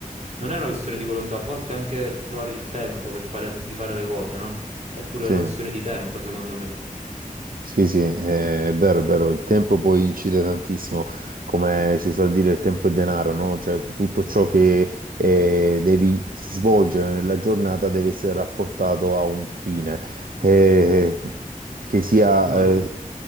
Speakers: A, on the right (about 50°); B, on the right (about 80°).
A: Non è una questione di volontà, a volte è anche trovare il tempo per fare, di fare le cose, no? È pure
B: Sì,
A: una questione di tempo, secondo me.
B: sì, sì, eh, è vero, è vero, il tempo poi incide tantissimo, come si usa dire, il tempo è denaro, no? Cioè tutto ciò che eh, devi svolgere nella giornata deve essere rapportato a un fine, eh, che sia...
A: Uno... do-
B: eh,